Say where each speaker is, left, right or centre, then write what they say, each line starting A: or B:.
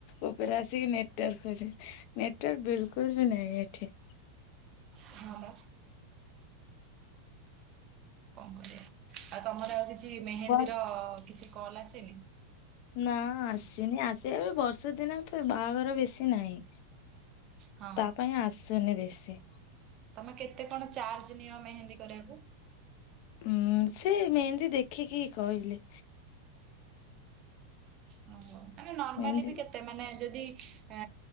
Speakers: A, on the left (about 45°); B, on the right (about 35°).
A: ଉପରେ ଆସିକି ନେଟୱାର୍କ <unintelligible> ନେଟୱାର୍କ ବିଲକୁଲ୍ ବି ନାହିଁ ଏଠି
B: ହଁ ବା। କଣ କରିବା ଆଉ ତମର ଆଉ କିଛି ମେହେନ୍ଦୀର
A: ବସ୍
B: କିଛି କଲ୍ ଆସେନି?
A: ନା ଆସିନି ଆସେ ବର୍ଷ ଦିନ ତ ବାହାଘର ବେଶୀ ନାହିଁ।
B: ହଁ
A: ତା ପାଇଁ ଆସୁନି ବେଶୀ।
B: ତମେ କେତେ କଣ ଚାର୍ଜ ନିଅ ମେହେନ୍ଦୀ କରିବାକୁ?
A: ଉଁ ସେ ମେହେନ୍ଦୀ ଦେଖିକି କହିଲେ।
B: ହଁ ଆରେ ନର୍ମାଲି
A: ମେହେନ୍ଦୀ
B: ବି କେତେ? ସେ ମାନେ ଯଦି ଅ